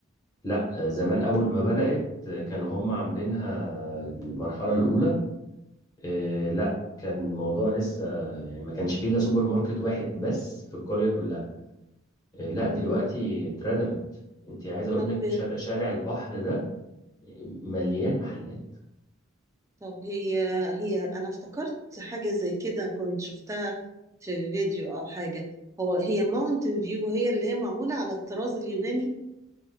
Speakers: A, on the left (about 20°); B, on the right (about 15°).
A: لا آه، زمان اول ما بدأت آه، كانوا هم عاملينها المرحلة الاولى آه لا كان الموضوع لسه يعني ما كانش فيه الا سوبر ماركت واحد بس في القرية كلها آه لا دلوقتي
B: مم.
A: اتردمت انت عايز اقول
B: طب
A: لك شارع شارع البحر ده مليان محلات
B: طب هي هي انا افتكرت حاجة زي كده كنت شفتها في فيديو او حاجة هو هي ماونتن فيو هي اللي هي معمولة على الطراز اليوناني